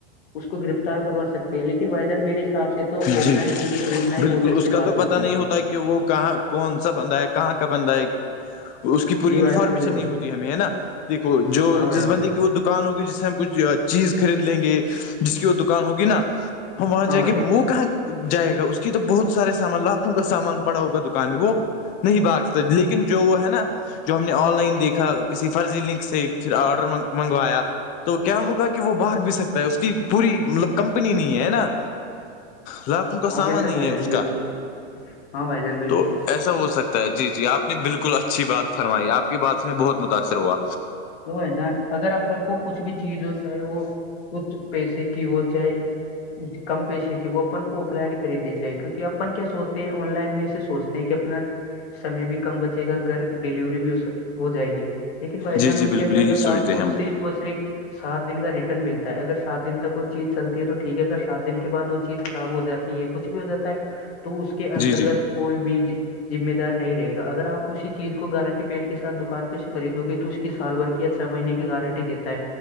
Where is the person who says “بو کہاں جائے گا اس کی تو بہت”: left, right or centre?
Left